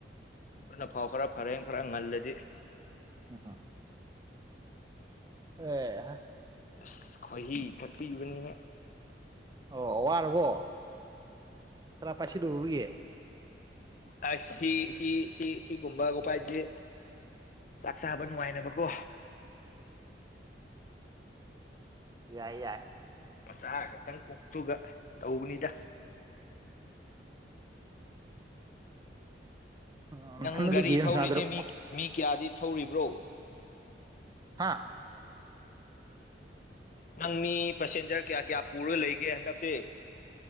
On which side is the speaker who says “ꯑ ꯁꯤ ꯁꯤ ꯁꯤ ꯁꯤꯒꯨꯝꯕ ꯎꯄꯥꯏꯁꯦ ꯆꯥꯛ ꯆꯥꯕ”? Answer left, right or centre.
Left